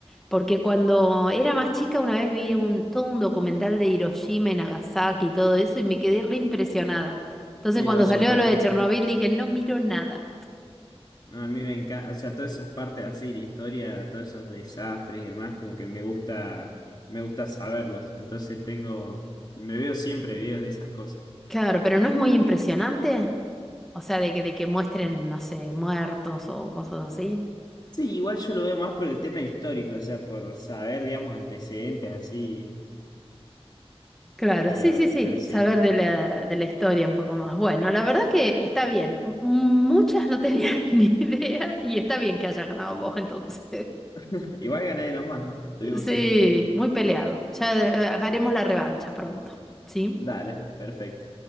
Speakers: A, in the centre; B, on the left (about 40°).
A: Porque cuando era más chica una vez vi un, todo un documental de Hiroshima y Nagasaki y todo eso y me quedé re impresionada. Entonces
B: Sí,
A: cuando
B: no, son
A: salió
B: durísimos.
A: lo de Chernobyl dije, no miro nada.
B: No, a mí me encanta, o sea, todas esas partes así, la historia, todos esos desastres y demás, como que me gusta, me gusta saberlos. Entonces tengo, me veo siempre videos de esas cosas.
A: Claro, pero no es muy impresionante. O sea, de que, de que muestren, no sé, muertos o cosas así.
B: Sí, igual yo lo veo más por el tema histórico, o sea, por saber, digamos, antecedentes así,
A: Claro,
B: pero,
A: sí, sí, sí.
B: pero sí.
A: Saber de la, de la historia un poco más. Bueno, la verdad que está bien. M- Muchas no tenía <laughs> ni idea y está bien que haya ganado vos entonces.
B: <laughs> Igual gané nomás, estuvimos
A: Sí,
B: cerquita.
A: muy peleado. Ya eh, haremos la revancha pronto, ¿sí?
B: Dale, perfecto.